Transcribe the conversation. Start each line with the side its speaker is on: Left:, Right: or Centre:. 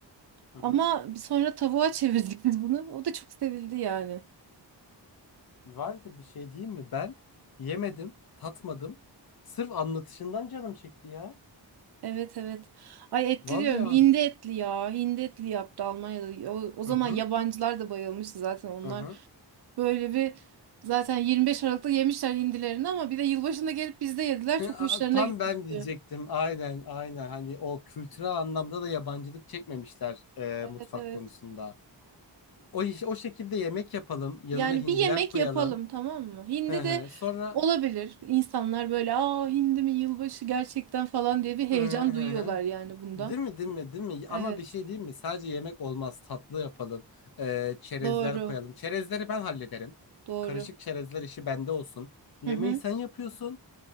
Left: Hı
Right: Ama
Left: hı.
Right: sonra tavuğa çevirdik biz bunu. O da çok sevildi yani.
Left: Var ya bir şey diyeyim mi? Ben yemedim, tatmadım. Sırf anlatışından canım çekti ya.
Right: Evet evet. Ay etli
Left: Vallahi
Right: diyorum.
Left: an.
Right: Hindi etli ya. Hindi etli yaptı Almanya'da. O, o zaman
Left: Hı hı.
Right: yabancılar da bayılmıştı zaten onlar.
Left: Hı hı.
Right: Böyle bir zaten 25 Aralık'ta yemişler hindilerini ama bir de yılbaşında gelip bizde yediler.
Left: Aa,
Right: Çok hoşlarına
Left: Tam
Right: gitmişti.
Left: ben diyecektim. Aynen, aynen. Hani o kültürel anlamda da yabancılık çekmemişler e,
Right: Evet
Left: mutfak
Right: evet.
Left: konusunda. O iş- o şekilde yemek yapalım. Yanına
Right: Yani
Left: hindiler
Right: bir yemek
Left: koyalım.
Right: yapalım tamam mı? Hindi
Left: Hı hı.
Right: de
Left: Sonra
Right: olabilir. İnsanlar böyle aa hindi mi yılbaşı gerçekten falan diye bir heyecan
Left: hı hı
Right: duyuyorlar
Left: hı.
Right: yani bundan.
Left: Değil mi, değil mi, değil mi? Ama
Right: Evet.
Left: bir şey değil mi? Sadece yemek olmaz. Tatlı yapalım. E, çerezler
Right: Doğru.
Left: koyalım. Çerezleri ben hallederim.
Right: Doğru.
Left: Karışık çerezler işi bende olsun. Yemeği
Right: Hı hı.
Left: sen yapıyorsun.